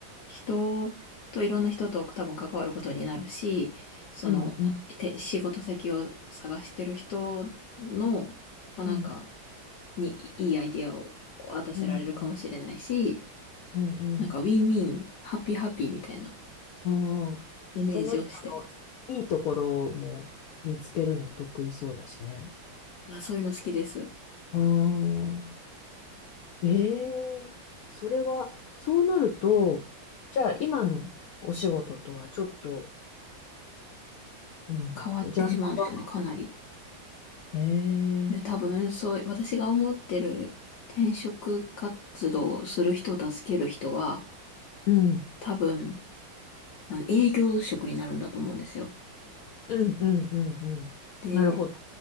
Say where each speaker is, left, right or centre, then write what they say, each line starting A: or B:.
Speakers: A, on the left; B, on the left.
A: 人といろんな人と多分関わることになるし、その、
B: うん、うん、
A: て仕事先を探してる人の、まあ、なんか、
B: うん、
A: にいいアイディアを渡せられるかもしれないし、
B: うん、うん、うん。
A: なんか、ウィンウィン、ハッピーハッピーみたいな
B: うんその人のいいところも見つけるの得意そうだしね。
A: イメージをしてます。まあ、そういうの好きです。
B: うんええそれは、そうなると、じゃあ今のお仕事とはちょっと、なんだろう、
A: 変わってしまうんですよね、
B: ジャンルは
A: かなり。
B: ね。
A: で、
B: ええ
A: 多分、そう、私が思ってる転職活動をする人を助ける人は、
B: うん、
A: 多分、なんで営業職になるんだと思うんですよ。
B: うん、うん、うん、うん。
A: で、
B: なるほど。